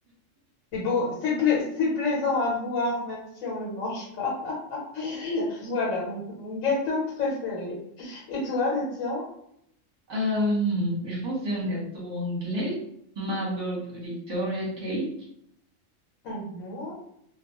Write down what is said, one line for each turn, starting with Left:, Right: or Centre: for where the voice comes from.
Left: c'est beau, c'est pla- c'est plaisant à voir, même si on le mange pas. <laughs> Voilà mon, mon gâteau préféré. Et toi, le tien?
Right: Euh, je pense que c'est un gâteau anglais, Marbled Victoria Cake.
Left: Mhm.